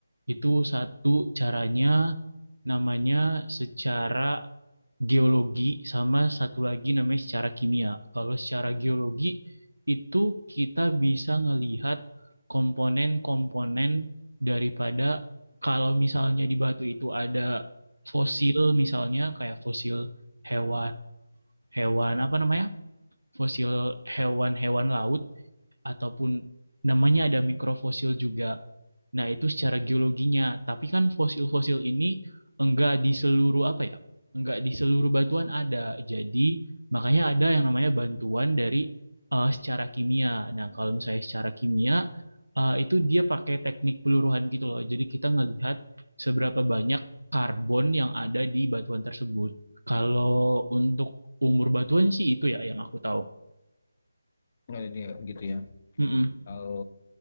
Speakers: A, on the right (about 90°); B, on the left (about 35°).
A: Itu satu caranya namanya secara geologi sama satu lagi namanya secara kimia. Kalau secara geologi itu kita bisa ngelihat komponen-komponen daripada kalau misalnya di batu itu ada fosil misalnya kayak fosil hewan hewan apa namanya? fosil hewan-hewan laut ataupun namanya ada mikrofosil juga. Nah, itu secara geologinya. Tapi kan fosil-fosil ini enggak di seluruh apa ya? Enggak di seluruh batuan ada. Jadi, makanya ada yang namanya bantuan dari eh, secara kimia. Nah, kalau misalnya secara kimia eh, itu dia pakai teknik peluruhan gitu loh. Jadi, kita ngelihat seberapa banyak karbon yang ada di batuan tersebut. Kalau untuk umur batuan sih itu ya yang aku tahu.
B: Nah, ini gitu ya.
A: Mm-mm.
B: Kalau